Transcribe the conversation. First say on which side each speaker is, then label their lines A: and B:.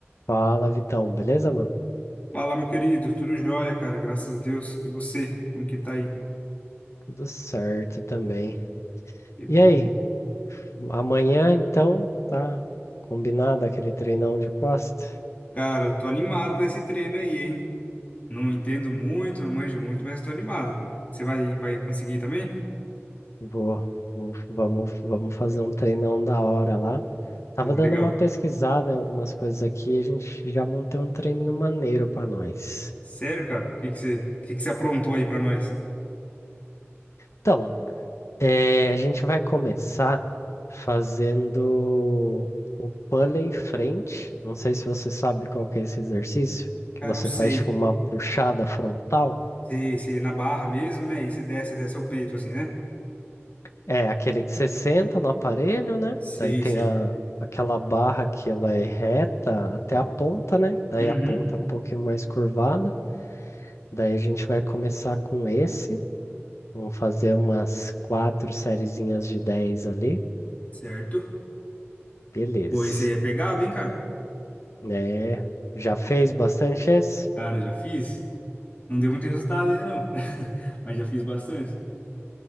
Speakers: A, on the left (about 75°); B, on the left (about 30°).
A: Fala, Vitão, beleza, mano?
B: Fala, meu querido, tudo jóia, cara, graças a Deus. E você, como que tá aí?
A: Tudo certo também.
B: Que bom.
A: E aí, amanhã então tá combinado aquele treinão de costa?
B: Cara, tô animado pra esse treino aí, hein? Não entendo muito, não manjo muito, mas tô animado. Você vai, vai conseguir também?
A: Vou, vou- vamos, vamos fazer um treinão da hora lá. Tava
B: Pô,
A: dando
B: legal.
A: uma pesquisada em algumas coisas aqui, a gente já montou um treininho maneiro pra nós.
B: Sério, cara, o que que você, o que que você aprontou aí pra nós?
A: Então, É, a gente vai começar fazendo o pulley frente. Não sei se você sabe qual que é esse exercício, que
B: Cara,
A: você
B: eu sei.
A: faz tipo uma puxada frontal.
B: Sei, sei, na barra mesmo, né? E você desce até seu peito, assim, né?
A: É aquele que você senta no aparelho, né?
B: Sei,
A: Daí tem
B: sei.
A: a, aquela barra que ela é reta até a ponta, né? Daí
B: Uhum,
A: a ponta é um pouquinho mais curvada. Daí a gente vai começar com esse. Vamos fazer umas quatro sériezinhas de 10 ali.
B: certo.
A: Beleza.
B: Pô, esse aí é pegado, hein, cara?
A: É, já fez bastante esse?
B: Cara, já fiz. Não deu muito resultado ainda, não. <laughs> Mas já fiz bastante.